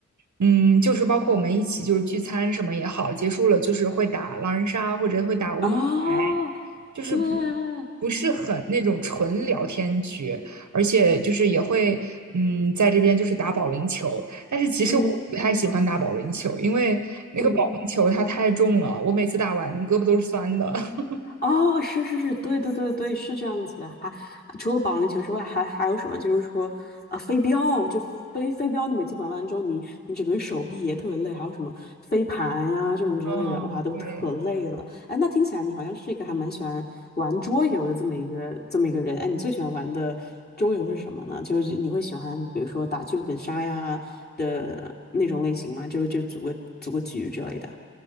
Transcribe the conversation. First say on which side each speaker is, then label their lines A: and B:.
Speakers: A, on the right; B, on the left.
A: 嗯，就是包括我们一起就是聚餐什么也好，结束了就是会打狼人杀或者会打乌龙牌，
B: 啊，
A: 就是不不是很那种纯聊天局，
B: 对，
A: 而且就是也会嗯在这边就是打保龄球，但是其实我不太喜欢打保龄球，
B: 嗯
A: 因为那个保龄球它太重了，
B: 嗯
A: 我每次打完胳膊都是酸的。<laughs>
B: 哦，是是是，对对对对，是这样子的。还除了保龄球之外，还还有什么？就是说，啊，飞镖，就飞飞镖，你每次玩完之后，你你整个手臂也特别累。还有什么飞盘呀、这种之类的，
A: 嗯，
B: 哇，都可累了。
A: 对。
B: 哎，那听起来你好像是一个还蛮喜欢玩桌游的这么一个这么一个人。哎，你最喜欢玩的桌游是什么呢？就是你会喜欢，比如说打剧本杀呀的那种类型吗？就就组个组个局之类的。